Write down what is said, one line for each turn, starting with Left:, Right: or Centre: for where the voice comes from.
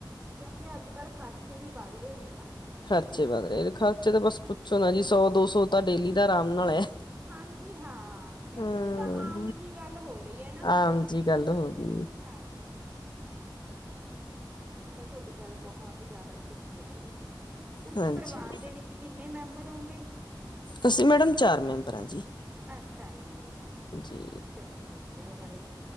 Right: ਕਿਉਂਕਿ ਅੱਜ ਕੱਲ ਖਰਚੇ ਵੀ ਵੱਧ ਰਹੇ ਨੇ ਨਾ
Left: ਖਰਚੇ ਵੱਧ ਰਹੇ ਨੇ ਖਰਚੇ ਤੇ ਬਸ ਪੁੱਛੋ ਨਾ ਜੀ ਸੌ ਦੋ ਸੌ ਤੁਹਾਡੇ ਲਈ ਤਾ ਆਰਾਮ ਨਾਲ ਹੈ
Right: ਹਾਂਜੀ ਹਾਂ ਕਿਉਂਕਿ
Left: ਹੂੰ
Right: ਇਹ ਤਾਂ ਆਮ ਜਿਹੀ ਗੱਲ ਹੋ ਰਹੀ ਹੈ ਨਾ ਹੁਣ
Left: ਆਮ ਜੀ ਗੱਲ ਹੋ ਗਈ ਏ
Right: ਹਾਂਜੀ ਇਹ ਤਾਂ ਤੁਹਾਡੀ ਗੱਲ ਬਹੁਤ ਜ਼ਿਆਦਾ ਸਹੀ ਹੈਗੀ ਤੁਸੀਂ
Left: ਹਾਂਜੀ
Right: ਪਰਿਵਾਰ ਦੇ ਵਿੱਚ ਕਿੰਨੇ ਮੈਂਬਰ ਹੋਂਗੇ
Left: ਅਸੀਂ ਮੈਡਮ ਚਾਰ ਮੈਂਬਰ ਆਂ ਜੀ
Right: ਅੱਛਾ ਜੀ
Left: ਜੀ
Right: ਚਲੋ ਵਧੀਆ ਹੈਗਾ ਏ